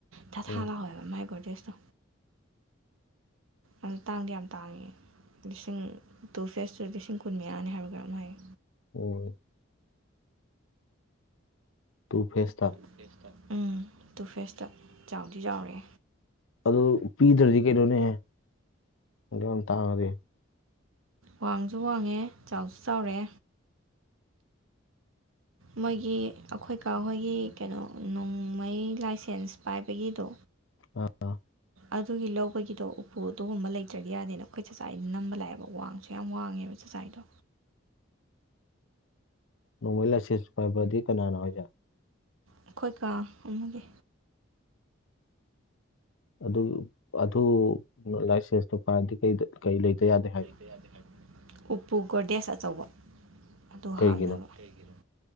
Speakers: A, on the right (about 85°); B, on the left (about 75°).
A: ꯊꯥ ꯊꯥ
B: ꯎꯝ
A: ꯂꯥꯎꯋꯦꯕ ꯃꯥꯏ ꯒꯣꯔꯗꯦꯁꯇꯣ ꯑꯗꯨ ꯇꯥꯡꯗꯤ ꯌꯥꯝ ꯇꯥꯡꯉꯦ ꯂꯤꯁꯤꯡ ꯇꯨ ꯐꯦꯁꯇꯨ ꯂꯤꯁꯤꯡ ꯀꯨꯟ ꯃꯌꯥꯅꯤ ꯍꯥꯏꯕ꯭ꯔ ꯀꯩꯅꯣꯝ ꯍꯥꯏꯌꯦ
B: ꯑꯣ ꯇꯨ ꯐꯦꯁꯇꯣ
A: ꯇꯨ ꯐꯦꯁꯇ ꯎꯝ ꯇꯨ ꯐꯦꯁꯇ ꯆꯥꯎꯗꯤ ꯆꯥꯎꯔꯦ
B: ꯑꯗꯨ ꯄꯤꯗ꯭ꯔꯗꯤ ꯀꯩꯅꯣꯅꯦꯍꯦ ꯑꯗꯨꯛꯌꯥꯝ ꯇꯥꯡꯉꯗꯤ
A: ꯋꯥꯡꯖꯨ ꯋꯥꯡꯉꯦ ꯆꯥꯎꯁꯨ ꯆꯥꯎꯔꯦ ꯃꯣꯏꯒꯤ ꯑꯩꯈꯣꯏ ꯀꯥ ꯍꯣꯏꯒꯤ ꯀꯩꯅꯣ ꯅꯣꯡꯃꯩ ꯂꯥꯏꯁꯦꯟꯁ ꯄꯥꯏꯕꯒꯤꯗꯣ
B: ꯑꯥ ꯑꯥ
A: ꯑꯗꯨꯒꯤ ꯂꯧꯕꯒꯤꯗꯣ ꯎꯞꯄꯨ ꯑꯗꯨꯒꯨꯝꯕ ꯂꯩꯇ꯭ꯔꯗꯤ ꯌꯥꯗꯦꯅ ꯑꯩꯈꯣꯏ ꯆꯥꯆꯥꯏ ꯅꯝꯕ ꯂꯥꯛꯑꯦꯕ ꯋꯥꯡ ꯌꯥꯝ ꯋꯥꯡꯉꯦꯕ ꯆꯥꯆꯥꯏꯗꯣ
B: ꯅꯣꯡꯃꯩ ꯂꯥꯏꯁꯦꯟ ꯄꯥꯏꯕ ꯑꯗꯤ ꯀꯅꯥꯅꯣ ꯍꯥꯏꯁꯦ
A: ꯑꯩꯈꯣꯏ ꯀꯥ ꯑꯃꯒꯤ
B: ꯑꯗꯨ ꯑꯗꯨ ꯂꯥꯏꯁꯦꯟꯁꯇꯣ ꯄꯥꯏꯔꯗꯤ ꯀꯩꯗ ꯀꯩ ꯂꯩꯇ ꯌꯥꯗꯦ ꯍꯥꯏꯅꯣ
A: ꯀꯌꯥꯗꯤ ꯍꯥꯏꯕ ꯎꯞꯄꯨ ꯒꯣꯔꯗꯦꯖ ꯑꯆꯧꯕ ꯑꯗꯨ
B: ꯀꯩꯒꯤꯅꯣ
A: ꯍꯥꯞꯅꯕ ꯀꯩꯒꯤꯅꯣ